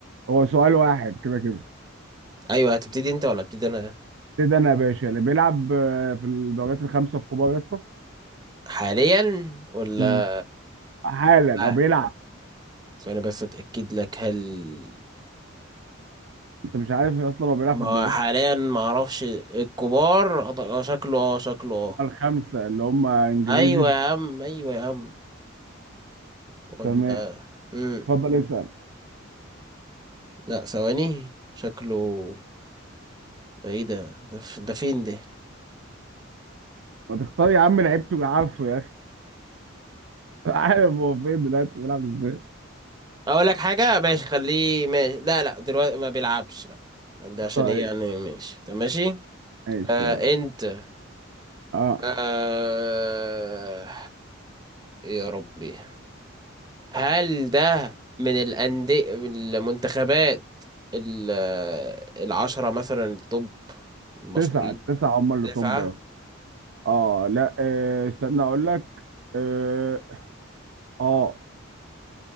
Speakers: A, on the right; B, on the right.
A: هو سؤال واحد كده كده
B: ايوه هتبتدي انت ولا ابتدي انا
A: ابتدي انا يا باشا اللي بيلعب آه، في الدوريات الخمسه الكبار يا اسطى
B: حاليا ولا
A: مم. حالا
B: اه
A: او بيلعب
B: ثواني بس اتاكد لك هل
A: انت مش عارف اصلا هو بيلعب
B: ما
A: في الدوريات
B: هو حاليا ما اعرفش الكبار اه شكله اه شكله اه
A: الخمسه اللي هم انجليزي
B: ايوه يا عم ايوه يا عم ولا
A: تمام
B: مم.
A: اتفضل اسال
B: لا ثواني شكله ده ايه ده ده, ف... ده فين ده
A: ما تختار يا عم لعيب تبقى عارفه يا اخي <laughs> عارف هو فين دلوقتي بيلعب ازاي
B: اقول لك حاجه ماشي خليه ماشي لا لا دلوقتي ما بيلعبش لا ده عشان
A: طيب
B: ايه يعني ماشي طب ماشي
A: ماشي
B: آه
A: يلا
B: انت
A: اه
B: آه يا ربي هل ده من الانديه من المنتخبات ال- العشره مثلا التوب المشهورين
A: تسعة التسعة هم اللي
B: تسعه
A: طب اه لا آه استنى اقول لك اه, آه.